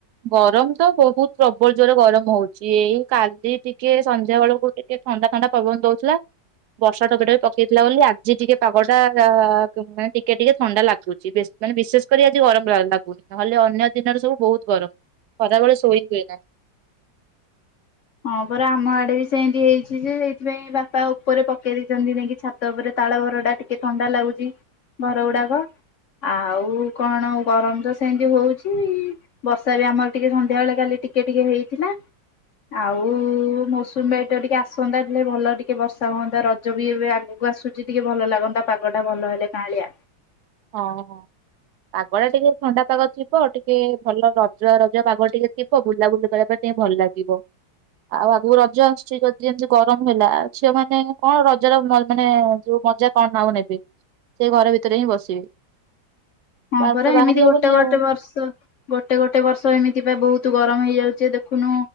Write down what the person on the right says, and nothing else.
ଗରମ ତ ବହୁତ ପ୍ରବଳ ଜୋରେ ଗରମ ହୋଉଚି, ଏଇ କାଲି ଟିକେ ସନ୍ଧ୍ୟା ବେଳକୁ ଟିକେ ଥଣ୍ଡା ଥଣ୍ଡା ପବନ ଦଉଥିଲା, ବର୍ଷା ଟୋପେ ଟୋପେ ପକେଇଥିଲା ବୋଲି ଆଜି ଟିକେ ପାଗଟା ଆ ମାନେ ଟିକେ ଟିକେ ଥଣ୍ଡା ଲାଗୁଚି, ବେଶ ମାନେ ବିଶେଷ କରି ଆଜି ଗରମ ଲା ଲାଗୁନି ନହେଲେ ଅନ୍ୟ ଦିନରେ ସବୁ ବୋହୁତ ଗରମ। ଖରାବେଳେ ଶୋଇ ହୁଏନା।
ହଁ ପାଗଟା ଟିକେ ଥଣ୍ଡାପାଗ ଥିବ ଟିକେ ଭଲ ରଜୁଆ ରଜୁଆ ପାଗ ଟିକେ ଥିବ, ବୁଲାବୁଲି କରିବା ପାଇଁ ଟିକେ ଭଲ ଲାଗିବ, ଆଉ ଆଗୁକୁ ରଜ ଆସୁଛି, ଯଦି ଏମତି ଗରମ ହେଲା ଝିଅ ମାନେ କଣ ରଜର ମାନେ ଯୋଉ ମଜା କଣ ଆଉ ନେବେ, ସେ ଘର ଭିତରେ ହିଁ ବ <inaudible>
ବାହାରି
ହବନି
ଆଉ